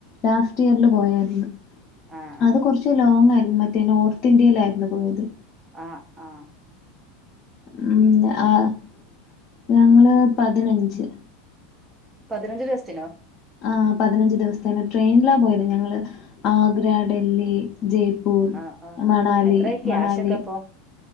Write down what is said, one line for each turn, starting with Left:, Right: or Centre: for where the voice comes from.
Left: ലാസ്റ്റ് ഇയറിൽ പോയായിരുന്നു
Right: ഓഹ് ആഹ് ആഹ്
Left: അത് കുറച്ച് ലോങ് ആയിരുന്നു മറ്റേ നോർത്ത് ഇന്ത്യയിലായിരുന്നു ന്ന് പോയത്
Right: ആ ആ
Left: മം ആഹ് ഞങ്ങള് പതിനഞ്ച്
Right: പതിനഞ്ച് ദിവസത്തിനോ
Left: ആഹ് പതിനഞ്ച് ദിവസത്തിന് ട്രെയിനിലാ പോയത് ഞങ്ങള് ആഗ്ര ഡൽഹി ജയ്പൂർ
Right: ആഹ് ആഹ്
Left: മണാലി
Right: എത്രായി ക്യാഷൊക്കെ
Left: മണാലി
Right: അപ്പൊ